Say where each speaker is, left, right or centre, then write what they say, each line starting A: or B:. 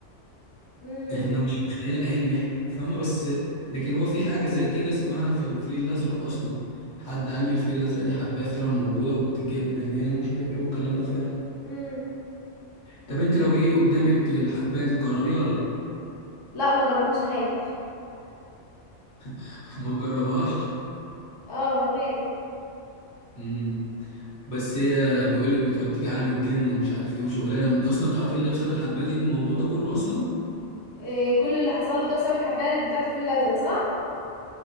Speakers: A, on the left; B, on the left.
A: امم
B: احنا مش في خيال علمي احنا فاهمة بس لكن هو في حاجة زي كده اسمها في الفيل الأزرق أصلا حد قال لي الفيل الأزرق دي حباية فعلا موجودة وبتتجاب من هنا ومش عارف ايه والكلام ده فعلا
A: امم
B: طب انت لو جه قدامك الحباية دي تجربيها ولا لأ؟
A: لا ما جربهاش اخاف
B: <laughs> ما تجربهاش
A: اه بخاف
B: امم بس هي بيقول لك بتوديك عالم الجن ومش عارف ايه وشغلانة أصلا تعرفي اللي هي بسبب الحباية دي الموضوع ده كله أصلا
A: إيه كل اللي حصل له ده بسبب الحبايه اللي بتاعت الفيل الازرق صح